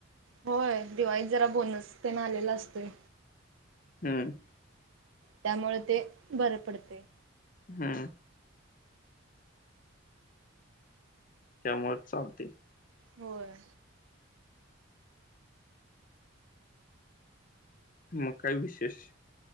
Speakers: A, on the right; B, on the left.
A: होय दिवाळीत जरा बोनस तेन आलेला असतोय.
B: हम्म.
A: त्यामुळं ते बरं पडतयं.
B: हम्म. त्यामुळे चालतयं.
A: होय.
B: मग काय विशेष?